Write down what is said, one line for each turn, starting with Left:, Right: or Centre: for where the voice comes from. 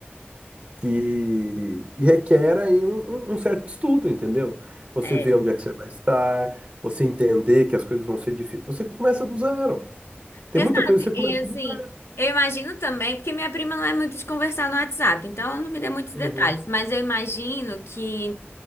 Right: que que requer aí um, um- um certo estudo, entendeu? Você
Left: É.
Right: vê onde é que você vai estar, você entender que as coisas vão ser difíceis. Você começa do zero. Tem
Left: Exato.
Right: muita coisa que você
Left: E
Right: começa
Left: assim,
Right: do zero.
Left: eu imagino também, porque minha prima não é muito de conversar no WhatsApp, então ela não me deu muitos
Right: Uhum.
Left: detalhes, mas eu imagino que.